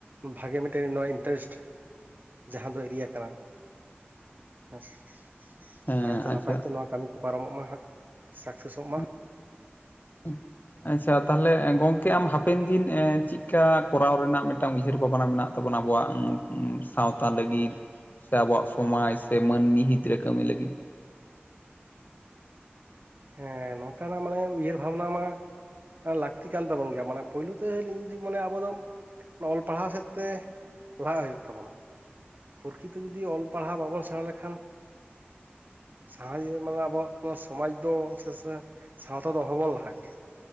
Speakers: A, on the right (about 45°); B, on the left (about 45°).
A: ᱵᱷᱟᱜᱮ ᱢᱤᱫᱴᱮᱱ ᱱᱚᱣᱟ ᱤᱱᱴᱟᱨᱮᱥᱴ ᱡᱟᱦᱟᱸ ᱫᱚ ᱮᱨᱤᱭᱟ ᱠᱟᱱᱟ ᱦᱮᱸᱥᱮ᱾ ᱟᱫᱚ
B: ᱦᱮᱸ
A: ᱱᱟᱭᱛᱮ ᱱᱟᱯᱟᱭᱛᱮ
B: ᱟᱪᱪᱷᱟ
A: ᱱᱚᱣᱟ ᱠᱟᱹᱢᱤ ᱠᱚ ᱯᱟᱨᱚᱢᱚᱜ ᱢᱟ ᱦᱟᱸᱜ ᱥᱟᱠᱥᱮᱥᱚᱜ ᱢᱟ᱾
B: <unintelligible> ᱟᱪᱪᱷᱟ ᱛᱟᱦᱞᱮ ᱜᱚᱝᱠᱮ ᱟᱢ ᱦᱟᱯᱮᱱ ᱫᱤᱱ ᱮᱸ ᱪᱮᱫᱞᱮᱠᱟ ᱠᱚᱨᱟᱣ ᱨᱮᱱᱟᱜ ᱢᱤᱫᱴᱟᱝ ᱩᱭᱦᱟᱹᱨ ᱵᱷᱟᱵᱽᱱᱟ ᱢᱮᱱᱟᱜ ᱛᱟᱵᱚᱱᱟ ᱟᱵᱚᱣᱟᱜ ᱥᱟᱶᱛᱟ ᱞᱟᱹᱜᱤᱫ ᱥᱮ ᱟᱵᱚᱣᱟᱜ ᱥᱚᱢᱟᱡᱽ ᱥᱮ ᱢᱟᱹᱱᱢᱤ ᱦᱤᱛ ᱨᱮ ᱠᱟᱹᱢᱤ ᱞᱟᱹᱜᱤᱫ᱾
A: ᱦᱮᱸ ᱱᱚᱝᱠᱟᱱᱟᱜ ᱢᱟᱱᱮ ᱩᱭᱦᱟᱹᱨ ᱵᱷᱟᱵᱽᱱᱟ ᱢᱟ ᱞᱟᱠᱛᱤ ᱠᱟᱱ ᱛᱟᱵᱚᱱ ᱜᱮᱭᱟ ᱢᱟᱱᱮ ᱯᱳᱭᱞᱳ ᱛᱮᱧ ᱡᱩᱫᱤ ᱢᱟᱱᱮ ᱟᱵᱚ ᱫᱚ, ᱚᱱᱟ ᱚᱞ ᱯᱟᱲᱦᱟᱣ ᱥᱮᱫ ᱛᱮ ᱞᱟᱦᱟᱜ ᱦᱩᱭᱩᱜ ᱛᱟᱵᱚᱱᱟ᱾ ᱯᱨᱚᱠᱤᱛᱤ ᱡᱩᱫᱤ ᱚᱞ ᱯᱟᱲᱦᱟᱣ ᱵᱟᱵᱚᱱ ᱥᱮᱬᱟ ᱞᱮᱠᱷᱟᱱ ᱥᱟᱦᱟ <unintelligible> ᱢᱟᱱᱮ ᱟᱵᱚᱣᱟᱜ ᱥᱚᱢᱟᱡ ᱫᱚ ᱥᱮᱥᱮ ᱥᱟᱶᱛᱟ ᱫᱚ ᱚᱦᱚᱚᱵᱚᱱ ᱞᱟᱦᱟ ᱠᱮᱭᱟ᱾